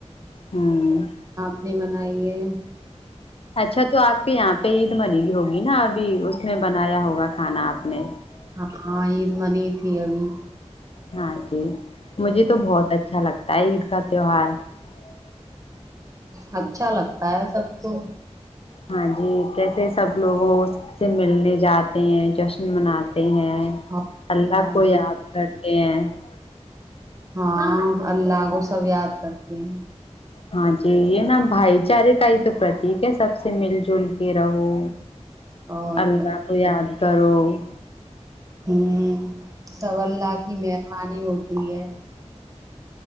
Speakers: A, on the left (about 55°); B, on the right (about 30°).
A: ہوں <unintelligible>
B: اپنی بنائیے <unintelligible>
A: اچھا تو آپ <unintelligible> کہ یہاں پہ عید منی گی ہوگی نا ابھی اس میں بنایا ہوگا کھانا آپ نے <unintelligible>
B: ہاں ہاں عید منی تھی ابھی
A: ہاں جی <unintelligible> مجھے تو بہت اچھا لگتا ہے عید کا تہوار <unintelligible>
B: ہ اچھا لگتا ہے سب کو <unintelligible>
A: ہاں جی کیسے سب لوگ اس سے ملنے جاتے ہیں جشن مناتے ہیں
B: اور
A: اللہ
B: کیا
A: کو یاد کرتے ہیں <unintelligible>
B: ہاں اللہ کو سب یاد کرتے ہیں <unintelligible>
A: ہاں جی یہ نا بھائی چارے کا ہی تو پرتییک ہے سب سے مل جل کے رہو
B: اور
A: اللہ کو یاد کرو ہ <unintelligible>
B: ہ سو اللہ کی مہربانی ہوتی ھ ہے <unintelligible>